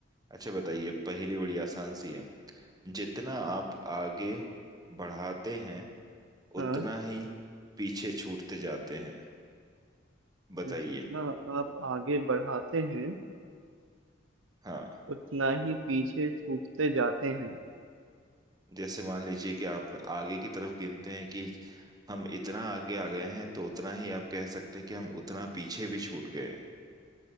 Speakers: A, on the right; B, on the right.
A: अच्छा बताइए पहेली बड़ी आसान सी है जितना आप आगे बढ़ाते हैं
B: हाँ
A: उतना ही पीछे छूटते जाते हैं बताइए
B: जितना आप आगे बढ़ाते हैं
A: हाँ।
B: उतना ही पीछे छूटते जाते हैं
A: जैसे मान लीजिए कि आप आगे की तरफ गिनते हैं कि हम इतना आगे आ गए हैं तो उतना ही आप कह सकते हैं कि हम उतना पीछे भी छूट गए हैं